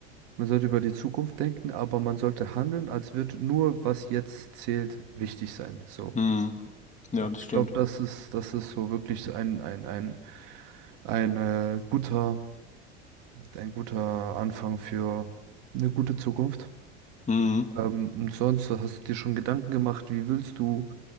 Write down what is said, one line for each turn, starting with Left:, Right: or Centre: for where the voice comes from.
Right: Man sollte über die Zukunft denken, aber man sollte handeln, als würde nur, was jetzt zählt, wichtig sein. So.
Left: Mhm. Ja,
Right: Und
Left: das
Right: ich
Left: stimmt.
Right: glaube, das ist, das ist so wirklich so ein, ein, ein, ein äh, guter ein guter Anfang für eine gute Zukunft.
Left: Mhm.
Right: Ähm, und sonst hast du dir schon Gedanken gemacht, wie willst du,